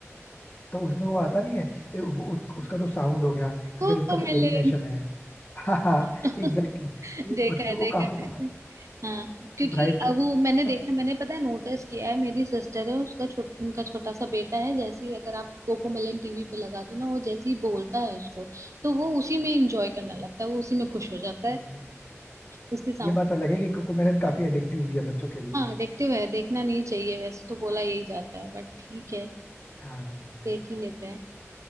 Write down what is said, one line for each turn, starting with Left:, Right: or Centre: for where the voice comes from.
Left: तो उसमें वो आता नहीं है ए, वो, उस, उसका जो साउंड हो गया या
Right: वो
Left: फिर उसका जो
Right: मिले
Left: एनिमेशन है हाँ हाँ
Right: <laughs>
Left: एग्जैक्टली तो वो
Right: देखा
Left: बच्चों
Right: है
Left: को
Right: देखा
Left: काफी
Right: है
Left: पसंद
Right: हाँ क्योंकि
Left: है ब्राइट कलर
Right: अब
Left: की
Right: वो मैंने
Left: वजह
Right: देखा
Left: से ना
Right: मैंने पता है नोटिस किया है मेरी सिस्टर है उसका छोट उनका छोटा सा बेटा है जैसे ही अगर आप कोकोमेलन टीवी पे लगा दो ना वो जैसे ही बोलता है उसको तो वो उसी में इंजॉय करने लगता है वो उसी में खुश हो जाता है
Left: एग्जैक्टली
Right: उसके साउंड
Left: ये बात अलग है कि कोकोमेलन काफी एडिक्टिव भी है बच्चों के लिए
Right: हाँ एडिक्टिव है देखना नहीं चाहिए वैसे तो बोला यही जाता है बट ठीक है
Left: हाँ exactly.
Right: देख ही लेते हैं